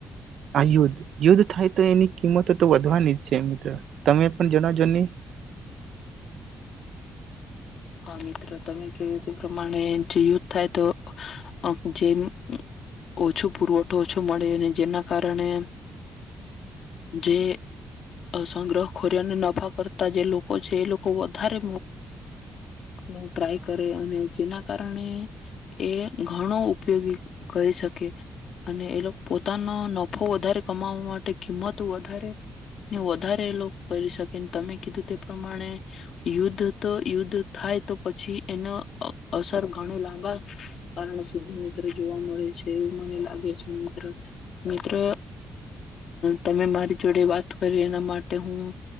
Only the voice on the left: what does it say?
હા મિત્ર તમે કેું તે પ્રમાણે જે યુદ્ધ થાય તો અ જેમ ઓછો પુરવઠો ઓછું મળે અને જેના કારણે જે અ સંગ્રહ ખોર્યાને નફા કરતા જે લોકો છે એ લોકો વધારે મુ <inaudible> ટ્રાય કરે અને જેના કારણે એ ઘણો ઉપયોગી કરી શકે. અને એ લોકો પોતાનો નફો વધારે કમાવવા માટે કિંમત વધારે ને વધારે એ લોકો કરી શકે તમે કીધું તે પ્રમાણે યુદ્ધ યુદ્ધ થાય તો પછી એનો અસર ઘણો લાંબા કારણ સુધી મિત્ર જોવા મળે છે એવું મને લાગે છે મિત્ર મિત્ર તમે મારી જોડે વાત કરી એના માટે હું